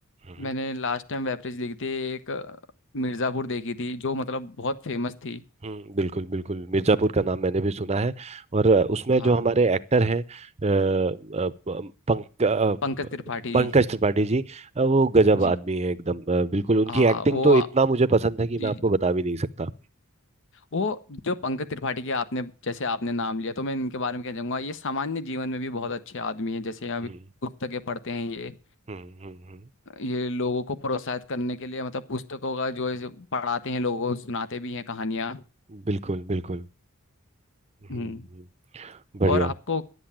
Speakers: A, on the right; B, on the left.
A: हम्म
B: मैंने लास्ट टाइम वेब सीरीज देखी थी एक अ, मिर्ज़ापुर देखी थी जो मतलब बहुत फेमस थी
A: हम्म, बिल्कुल बिल्कुल मिर्जापुर का नाम मैंने भी सुना है और अ, उसमें
B: हाँ
A: जो हमारे एक्टर हैं अ, अ, प- पंक अ,
B: पंकज त्रिपाठी
A: पंकज त्रिपाठी जी अ, वो गजब
B: जी
A: आदमी है एकदम अ, बिल्कुल उनकी
B: हाँ
A: एक्टिंग
B: वो
A: तो
B: आ-
A: इतना मुझे पसंद है कि
B: जी
A: मैं आपको
B: जी
A: बता भी नहीं सकता
B: वो जो पंकज त्रिपाठी के आपने जैसे आपने नाम लिया तो मैं इनके बारे में क्या चाहूंगा ये सामान्य जीवन में भी बहुत अच्छे आदमी हैं जैसे अभी
A: हम्म
B: पुस्तकें पढ़ते हैं ये
A: हम्म हम्म हम्म,
B: ये लोगों को प्रोत्साहित करने के लिए मतलब पुस्तकों का जो है जो पढ़ाते हैं लोगों को सुनाते भी हैं कहानियाँ
A: बिल्कुल बिल्कुल हम्म
B: हम्म
A: हम्म, बढ़िया
B: और आपको